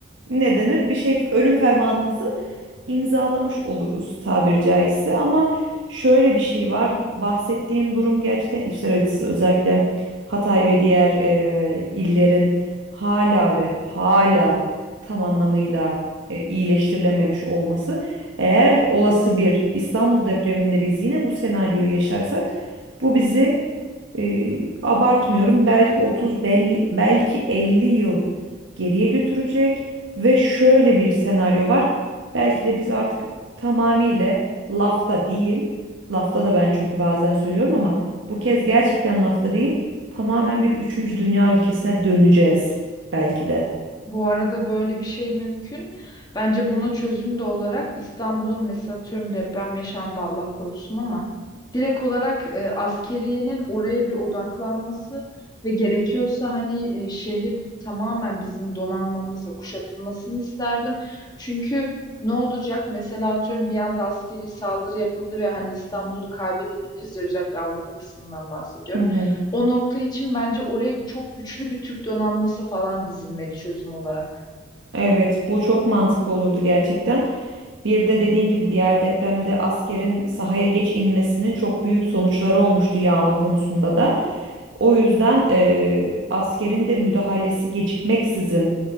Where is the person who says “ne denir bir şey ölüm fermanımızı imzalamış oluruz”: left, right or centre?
Right